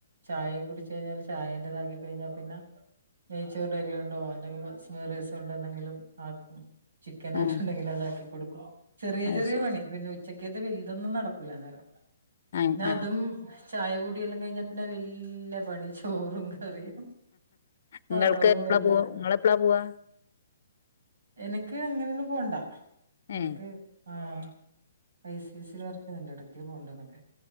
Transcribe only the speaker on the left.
ആ
അത്
ശരി
ആ
ആ
ഇങ്ങൾക്ക് എപ്പളാ
പോവാ
ഇങ്ങൾ എപ്പളാ പോവാ
ഏ